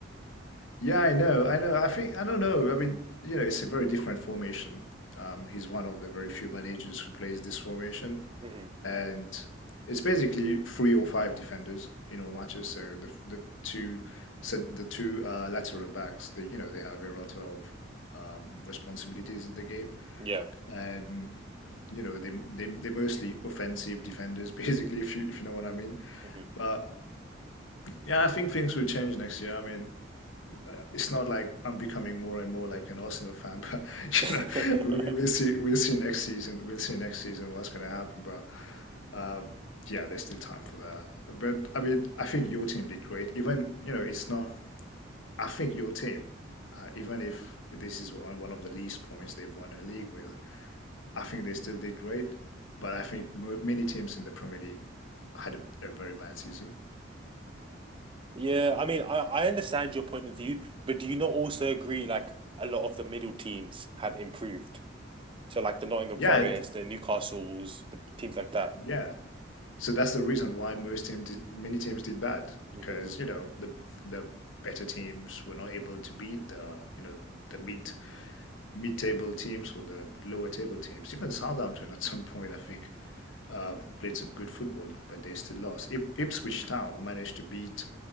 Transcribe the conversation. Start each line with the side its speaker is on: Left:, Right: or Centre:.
Left: yeah. I know, I know. I think I don't know. I mean, you know, it's a very different formation. Um, he's one of the very few managers who plays this formation,
Right: hmm
Left: and it's basically three or five defenders in all matches. So the the two cent- the two uh, lateral backs, they you know they have a lot of um, responsibilities in the game,
Right: Yeah.
Left: and you know they they they're mostly offensive defenders <laughs> basically if you if you know what I mean.
Right: hmm
Left: But yeah, I think things will change next year. I mean, it's not like I'm becoming more and more like an Arsenal fan, but
Right: <laughs>
Left: <laughs> you know, we will see we'll see next season. We'll see next season what's going to happen, but um, yeah, there's still time for that. But I mean, I think your team did great. Even, you know, it's not I think your team, uh, even if this is one, one of the least points they've won a league with, I think they still did great. But I think mo many teams in the Premier League had a, a very bad season.
Right: Yeah, I mean, I, I understand your point of view, but do you not also agree like a lot of the middle teams have improved? So like the Nottingham
Left: Yeah,
Right: Forest, the Newcastles, the teams like that.
Left: yeah. So that's the reason why most team did, many teams did bad
Right: hmm
Left: because you know the the better teams were not able to beat the you know the mid mid table teams or the lower table teams. Even Southampton at some point I think uh, played some good football, but they still lost. Ip Ipswich Town managed to beat